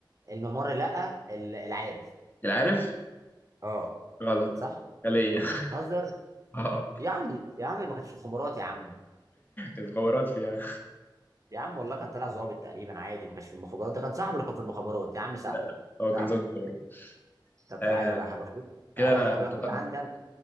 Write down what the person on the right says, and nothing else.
الممر لا ال- العارف
اه
صح
تهزر
يا عم يا عم ما كانش في الخبرات يا عم
يا عم والله كان طالع ظابط تقريبا عادي ما كانش في المخابرات ده كان صاحبه اللي كان في المخابرات يا عم سهل
سهل
طب تعالى
بقى يا حبيب اخوك
تعالى
يا حبيب
اخوك عندي انا